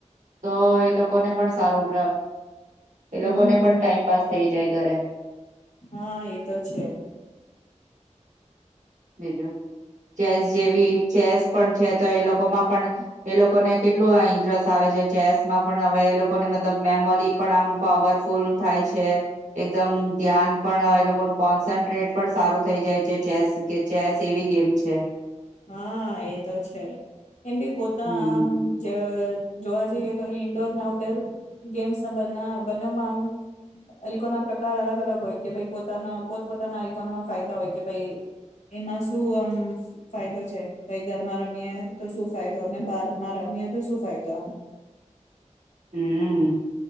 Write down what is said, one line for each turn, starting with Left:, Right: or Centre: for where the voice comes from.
Right: તો એ લોકોને પણ સારું એ
Left: હમ
Right: લોકો ને પણ ટાઈમ પાસ થઈ જ જય ઘરે
Left: હા એતો છે
Right: બીજું ચેસ જેવી ચેસ પણ છે તો એ લોકોમાં પણ એ લોકોને કેટલું ઇન્ટરેસ્ટ આવે છે ચેસમાં પણ હવે એ લોકોને મતલબ મેમરી પણ આમ પાવરફુલ થાય છે એકદમ ધ્યાન પણ એ લોકોનું કોન્સન્ટ્રેટ પણ સારું થઈ જાય છે ચેસ ચેસ એવી ગેમ છે
Left: હા એ તો છે એમ બી પોતા
Right: હમ
Left: આમ જે જોવા જઈએ તો ઈન્ડોર અને આઉટડોર ગેમ્સ ના બ બનોમાં આમ અલ્કોના પ્રકાર અલગ અલગ હોય કે ભ પોતાના પોતપોતાના અલ્કોમાં ફાયદા હોય કે ભાઈ એમાં શું આમ ફાયદો છે ભાઈ ઘરમાં રમીએ તો શું ફાયદો અને બહારમાં રમીએ તો શું ફાયદો આમ
Right: હમ